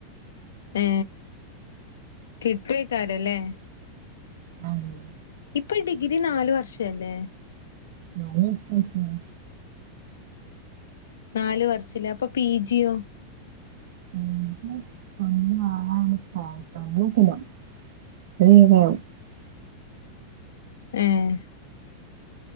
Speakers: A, on the left (about 85°); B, on the right (about 65°).
A: ഏ കിട്ടുഐക്കാരം ല്ലേ
B: ഹായി
A: ഇപ്പ ഡിഗ്രി നാലു വർഷല്ലേ
B: നാല് വർഷാക്കിയാ
A: നാല് വർഷല്ലേ അപ്പൊ പിജിയോ
B: <inaudible>
A: ഏഹ്